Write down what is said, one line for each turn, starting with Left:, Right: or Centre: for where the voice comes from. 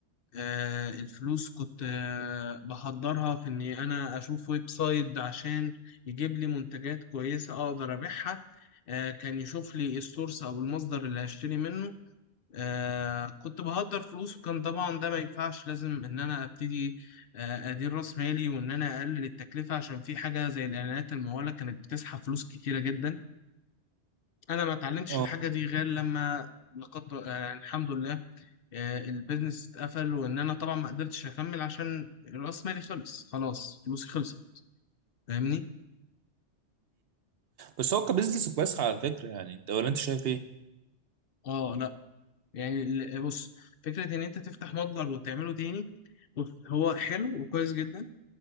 Left: آه، الفلوس كنت آه، بحضرها في اني انا اشوف ويب سايت عشان يجيب لي منتجات كويسة اقدر ابيعها آه، كان يشوف لي السورس او المصدر اللي هشتري منه آه، كنت بهدر فلوس وكان طبعا ده ما ينفعش لازم ان انا ابتدي آه، ادير راس مالي وان انا اقلل التكلفة عشان في حاجة زي الاعلانات الممولة كانت بتسحب فلوس كتيرة جدا انا ما اتعلمتش
Right: اه
Left: الحاجة دي غير لما لقد يعني الحمد لله آه، البيزنس اتقفل وان انا طبعا ما قدرتش اكمل عشان راس مالي خلص خلاص فلوسي خلصت فاهمني
Right: بس هو كبزنس كويس على فكره يعني انت ولا انت شايف ايه
Left: اه لا يعني ال- بص فكره ان انت تفتح متجر وتعمله تاني بص، هو حلو وكويس جدا